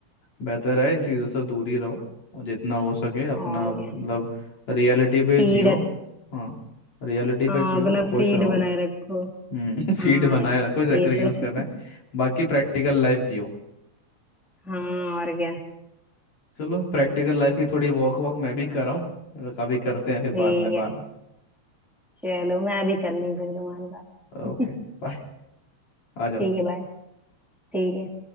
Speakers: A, on the left (about 65°); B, in the centre.
A: बेहतर है इन चीज़ों से दूर ही रहो और जितना हो सके अपना
B: और हम्म।
A: मतलब
B: क्या
A: रियलिटी पे
B: फीड
A: जियो हाँ रियलिटी
B: हाँ
A: पे जियो
B: अपना
A: खुश
B: फीड
A: रहो
B: बनाए रखो
A: हम्म <laughs>
B: हाँ
A: फीड बनाए
B: यार
A: रखो जाकर
B: ये
A: यूज़
B: तो है।
A: कर रहे हैं
B: <laughs>
A: बाकी प्रैक्टिकल लाइफ जियो
B: हाँ और क्या
A: चलो प्रैक्टिकल
B: सही
A: लाइफ
B: है
A: की थोड़ी वॉक वॉक मैं भी कर रहा हूँ कभी करते हैं फिर
B: ठीक
A: बाद में बात
B: है चलो मैं अभी चल रही हूँ फिर तुम्हारे साथ
A: ओके
B: <laughs>
A: बाय आ जाओ
B: ठीक है बाय ठीक है